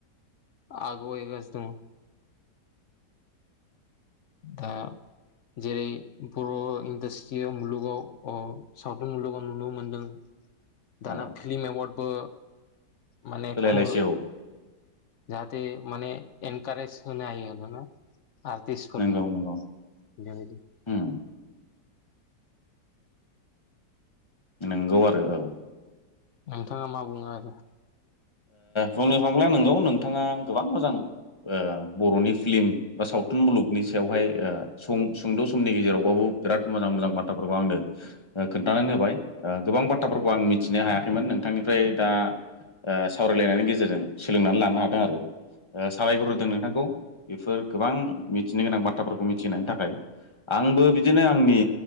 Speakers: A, on the left (about 60°); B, on the left (about 20°).
A: आगुवायगासिनो दङ दा जेरै बर' इन्डास्ट्रियाव मुलुगाव सावथुन मुलुगाव नुनो मोनदों दाना
B: औ
A: फिल्म एवार्डबो माने
B: सोलायलायसै
A: खुङो
B: औ
A: जाहाथे माने एनकारेस होनो हायो आरतिसफोरनो
B: नंगौ नंगौ
A: दाबायदि
B: उम नंगौ आरो औ
A: नोंथां मा बुंङो आरो
B: बुंनो थांब्ला नोंगौ नोंथाङा गोबां मोजां बर'नि फिल्म बा सावथुन मुलुगनि सायावहाय सुंद' समनि गेजेरावबाबो बिराद मोजां मोजां बाथ्राफोरखौ आंनो खोन्थानानै होबाय गोबां बाथ्राफोरखौ आं मिथिनो हायाखैमोन नोंथांनि ओमफ्राय दा सावरायलायनायनि गेजेरजों सोलोंनानै लानो हादों आरो साबायखर होदों नोंथांखौ बेफोर गोबां मिथिनो गोनां बाथ्राफोरखौ मिथिहोनायनि थाखाय आंबो बिदिनो आंनि